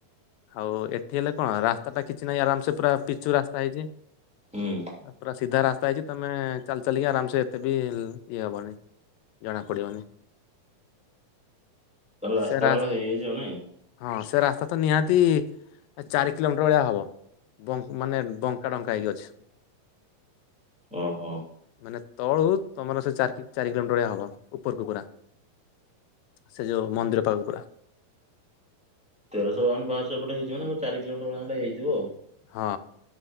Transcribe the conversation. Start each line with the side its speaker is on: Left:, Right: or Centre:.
Left: ହଉ ଏଠି ହେଲେ କଣ ରାସ୍ତା ଟା କିଛି ନାହିଁ ଆରାମ ସେ ପୁରା ପିଚୁ ରାସ୍ତା ହେଇଛି।
Centre: ହୁଁ
Left: ପୁରା ସିଧା ରାସ୍ତା ହେଇଛି ତମେ ଚାଲି ଚାଲିକି ଆରାମ ସେ ଏତେ ବି ଇଏ ହେବନି ଜଣାପଡ଼ିବନି।
Centre: ତାହଲେ ରାସ୍ତା
Left: ସେ ରା
Centre: ଭଳିଆ ହେଇଯାଇଛି ନାଇଁ?
Left: ହଁ ସେ ରାସ୍ତା ତ ନିହାତି ଚାରି କିଲୋମିଟର ଭଳିଆ ହବ। ବଙ୍କ ମାନେ ବଙ୍କା ଡଙ୍କା ହେଇକି ଅଛି।
Centre: ଓ ହୋ।
Left: ମାନେ ତଳରୁ ତମର ସେ ଚାରି ଚାରି କିଲୋମିଟର ଭଳିଆ ହେବ ଉପରକୁ ପୁରା ସେ ଯେଉଁ ମନ୍ଦିର ପାଖକୁ ପୁରା
Centre: ତେରଶହ ବାଉନ ପାହାଚ ଏଇପଟେ ହେଇଛି ମାନେ ଚାର କିଲୋମିଟର ଭଳିଆ ଖଣ୍ଡେ ହେଇଥିବ ଆଉ।
Left: ହଁ।